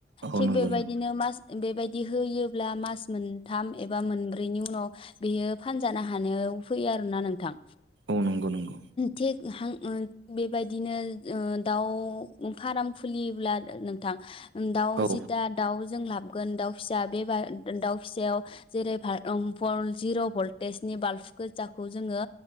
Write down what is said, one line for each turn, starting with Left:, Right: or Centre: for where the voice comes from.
Right: औ
Left: थिक
Right: नंगौ
Left: बेबायदिनो
Right: नंगौ
Left: मास बेबाय बिदि होयोब्ला मास मोनथाम एबा मोनब्रैनि उनाव बेयो फानजानो हानायाव फैयो आरो ना नोंथां।
Right: औ नंगौ नंगौ।
Left: थिग हां ओं बेबायदिनो ओ दाउ फाराम खुलियोब्ला नोंथां दाउ
Right: औ
Left: जिथा दाउ जों लाबगोन दाउ फिसा बेबा दा-दाउ फिसायाव जेरै भा ओम भल जिर' भलटेजनि बाल्ब गोजा खौ जोंङो